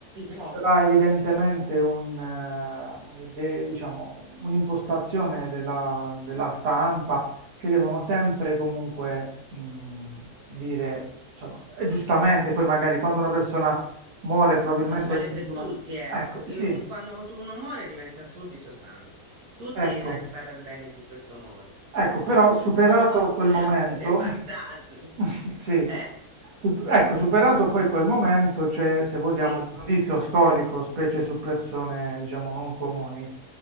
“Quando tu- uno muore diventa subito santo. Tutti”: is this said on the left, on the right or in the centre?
Right